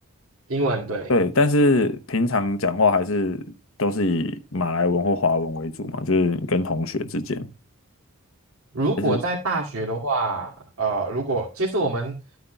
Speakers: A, on the right; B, on the left.
A: 英文对。
B: 对，但是平常讲话还是都是以马来文或华文为主嘛，就是跟同学之间，
A: 如果在大学的话，
B: 还是，
A: 呃，如果其实我们